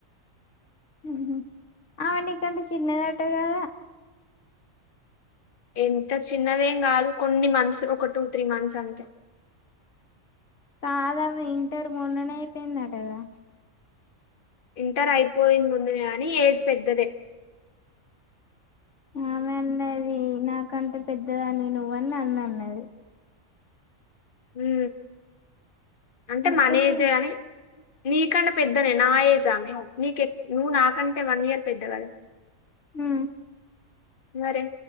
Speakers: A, on the left; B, on the left.
A: హుహ్ ఆమె నీకంటే చిన్నది అట కదా.
B: ఎంత చిన్నదేం కాదు కొన్ని మంత్స్ ఒక టూ త్రీ మంత్స్ అంతే.
A: కాదామే ఇంటర్ మొన్ననే అయిపోయిందాట కదా.
B: ఇంటర్ అయిపోయింది మొన్ననే కాని ఏజ్ పెద్దదే.
A: ఆమె అన్నది నాకంటే పెద్దదానివి నువ్వని నన్ను అన్నది.
B: ఉ అంటే
A: అయితే
B: మనేజే
A: నేను
B: కాని నీకంటే పెద్దనే నా ఏజ్ ఆమె. నీకె నువ్వు నాకంటే వన్ ఇయర్ పెద్ద కదా.
A: హ
B: మరే